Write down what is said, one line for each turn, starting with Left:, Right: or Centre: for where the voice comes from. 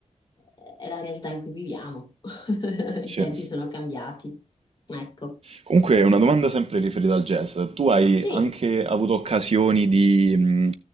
Left: eh, è la realtà in cui viviamo, <laughs> i
Right: sì.
Left: tempi sono cambiati, ecco,
Right: Comunque, una domanda sempre riferita al jazz. Tu hai
Left: sì.
Right: anche avuto occasioni di, mh,